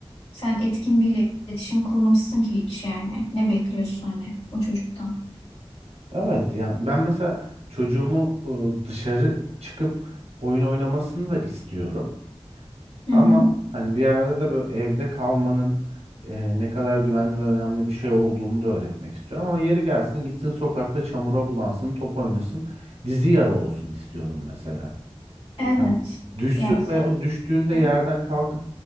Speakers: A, on the left (about 75°); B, on the right (about 75°).
A: sen etkin bir iletişim kurmamışsın ki hiç yani. Ne bekliyorsun hani o çocuktan?
B: Evet yani ben mesela çocuğumu e, dışarı çıkıp oyun oynamasını da istiyorum.
A: Hı
B: Ama
A: hı.
B: hani bir yerde de böyle evde kalmanın e, ne kadar güvenli ve önemli bir şey olduğunu da öğretmek istiyorum. Ama yeri gelsin gitsin sokakta çamura bulansın, top oynasın, dizi yara olsun istiyorum mesela.
A: Evet.
B: Hani düşsün
A: Ya,
B: ve
A: za-
B: o düştüğünde
A: Hı.
B: yerden kalkıp